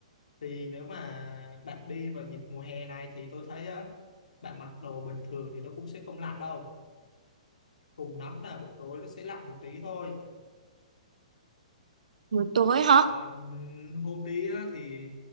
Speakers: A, on the left; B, on the right.
A: thì nếu mà bạn đi vào dịp mùa hè này thì tôi thấy á, bạn mặc đồ bình thường thì nó cũng sẽ không lạnh đâu cùng lắm là buổi tối nó sẽ lạnh một tí thôi
B: buổi tối hả
A: còn hôm đi á, thì